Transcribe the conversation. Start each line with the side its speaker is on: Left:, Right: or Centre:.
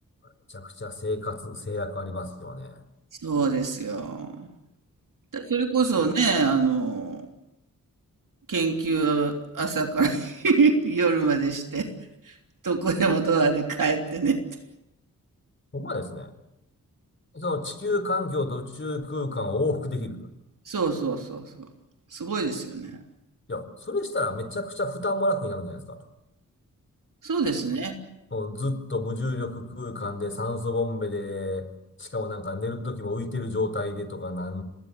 Left: めちゃくちゃ生活制約ありますよね。
Right: そうですよ。だそれこそね、
Left: だ
Right: あの、研究を朝から <laughs> 夜までして、どこでもドアで帰ってねって。
Left: ほんまですね。その地球環境と宇宙空間を往復できると。い
Right: そうそうそうそう。すごいですよね。
Left: や、それしたらめちゃくちゃ負担も楽になるんじゃないですか。
Right: そうですね。
Left: もうずっと無重力空間で酸素ボンベで、しかもなんか寝るときも浮いてる状態でとかなる